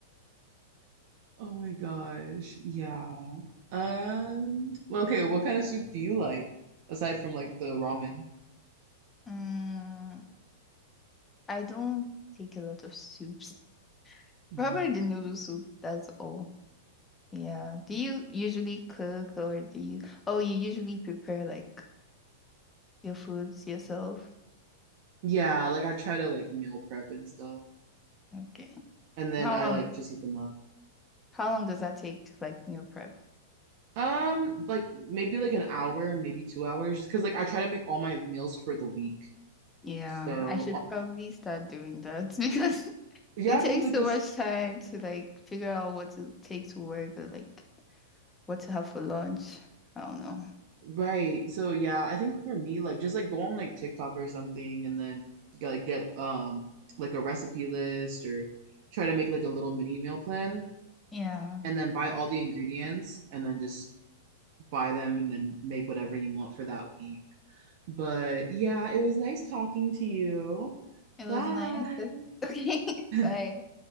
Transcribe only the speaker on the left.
Mm, I don't take a lot of soups.
Probably the noodle soup, that's all. Yeah. Do you usually cook or do you, oh, you usually prepare like your foods yourself?
Okay.
How
long,
how long does that take, like meal prep?
Yeah,
I should
probably start doing that <laughs> because
it
takes
so
much time to like figure out what to take to work or like what to have for lunch. I don't know.
Yeah.
It
was nice. <laughs> Okay. Bye.